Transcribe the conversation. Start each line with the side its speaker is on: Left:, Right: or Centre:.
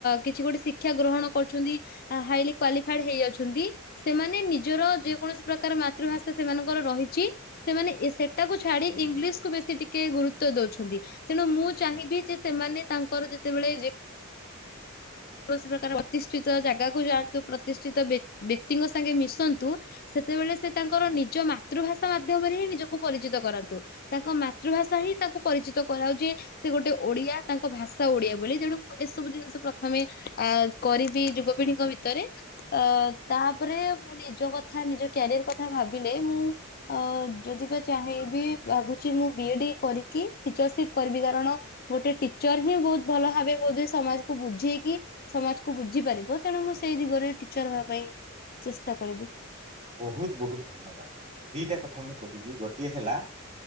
Left: କିଛି ଗୋଟେ ଶିକ। ଶିକ୍ଷା ଗ୍ରହଣ କରୁଛନ୍ତି ହାଇଲି କ୍ଵାଲିଫାଇଡ ହେଇ ଅଛନ୍ତି ସେମାନେ ନିଜର ଯେକୌଣସି ପ୍ରକାର ମାତୃଭାଷା ସେମାନଙ୍କର ରହିଛି ସେମାନେ ସେଟାକୁ ଛାଡି ଇଂଲିଶକୁ ବେଶୀ ଟିକେ ଗୁରୁତ୍ୱ ଦଉଛନ୍ତି ତେଣୁ ମୁଁ ଚାହିଁବି ଯେ ସେମାନେ ତାଙ୍କର ଯେତେବେଳେ। କୌଣସି ପ୍ରକାର ପ୍ରତିଷ୍ଠିତ ଜାଗାକୁ ଯାଆନ୍ତୁ ପ୍ରତିଷ୍ଠିତ ବ୍ୟକ୍ତିଙ୍କ ସାଙ୍ଗେ ମିଶନ୍ତୁ ସେତେବେଳେ ସେ ତାଙ୍କର ନିଜ ମାତୃଭାଷା ମାଧ୍ୟମରେ ହିଁ ନିଜକୁ ପରିଚିତ କରାନ୍ତୁ ତାଙ୍କ ମାତୃଭାଷା ହିଁ ତାଙ୍କୁ ପରିଚିତ କରାାଉଛି ସେ ଗୋଟେ ଓଡିଆ ତାଙ୍କ ଭାଷା ଓଡିଆ ବୋଲି ତେଣୁ ମୁଁ ଏସବୁ ଜିନିଷ। ପ୍ରଥମେ କରିବି ଯୁବପିଢିଙ୍କ ଭିତରେ ଅ ତାପରେ ମୁଁ ନିଜ କଥା ନିଜ କ୍ୟାରିୟର କଥା ଭାବିଲେ ମୁଁ ଅ ଯଦି ବା ଚାହିଁବି ଭାବୁଛି ମୁଁ ବି ଏ ଡି କରିକି ଟିଚରସିପ କରିବି କାରଣ ଗୋଟେ ଟିଚର ହିଁ ବହୁତ ଭଲ ଭାବେ ବୋଧେ ସମାଜକୁ ବୁଝ ବୁଝେଇକି ସମାଜକୁ ବୁଝି ପାରିବ ତେଣୁ ମୁଁ ସେଇ ଦିଗରେ ଟିଚର ହେବା ପାଇଁ ଚେଷ୍ଟା କରିବି।
Right: ବହୁତ ବହୁତ ଧନ୍ୟବାଦ ଦିଟା କଥା ମୁଁ। କହିବି ଗୋଟିଏ ହେଲା